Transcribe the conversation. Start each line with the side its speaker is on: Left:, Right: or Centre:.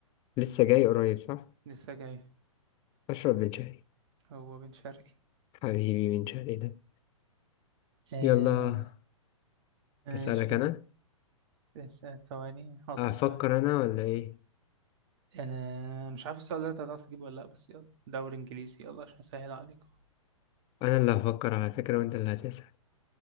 Left: لسه جاي قريب صح
Right: لسه جاي
Left: اشرب من شهري
Right: هو بن شرقي
Left: حبيبي من شهري ده
Right: آه
Left: يلا
Right: ماشي
Left: اسالك انا
Right: لسه ثواني حط
Left: افكر
Right: سؤال
Left: انا ولا ايه
Right: آه مش عارف السؤال ده انت هتعرف تجيبه ولا لا بس يلا دوري انجليزي يلا عشان اسهل عليكم
Left: انا اللي هفكر على فكره وانت اللي هتسال